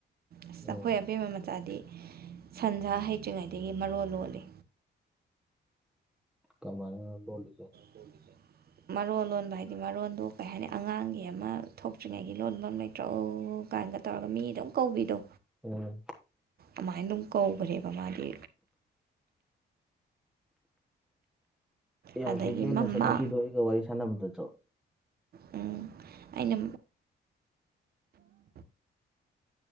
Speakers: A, on the right; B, in the centre.
A: ꯑꯁ
B: ꯎꯝ
A: ꯑꯩꯈꯣꯏ ꯑꯕꯦꯝꯃꯥ ꯃꯆꯥꯗꯤ ꯁꯟꯁꯥ ꯍꯩꯇ꯭ꯔꯤꯉꯩꯗꯒꯤ ꯃꯔꯣꯜ ꯂꯣꯜꯂꯦ꯫
B: ꯀꯃꯥꯏꯅꯅꯣ ꯂꯣꯜꯂꯤꯖꯦ꯫
A: <inaudible> ꯃꯔꯣꯟ ꯂꯣꯟꯕ ꯍꯥꯏꯗꯤ ꯃꯔꯣꯟꯗꯣ ꯀꯩ ꯍꯥꯏꯅꯤ ꯑꯉꯥꯡꯒꯤ ꯑꯃ ꯊꯣꯛꯇ꯭ꯔꯤꯉꯩꯒꯤ ꯂꯣꯟꯕꯝ ꯂꯩꯇ꯭ꯔꯣ ꯑꯧ ꯀꯥꯏꯟꯒ ꯇꯧꯔꯒ ꯃꯤ ꯑꯗꯨꯝ ꯀꯧꯕꯤꯗꯣ
B: ꯎꯝ
A: ꯑꯃꯥꯏꯟ ꯑꯗꯨꯝ ꯀꯧꯒ꯭ꯔꯦꯕ ꯃꯥꯗꯤ꯫
B: ꯌꯥꯝ
A: ꯑꯗꯒꯤ
B: ꯁꯤꯡꯒꯦ
A: ꯃꯃꯥ
B: ꯅꯆꯟꯅꯨꯄꯤꯗꯣ ꯑꯩꯒ ꯋꯥꯔꯤ ꯁꯥꯟꯅꯕꯗꯖꯣ꯫
A: ꯎꯝ ꯑꯩꯅ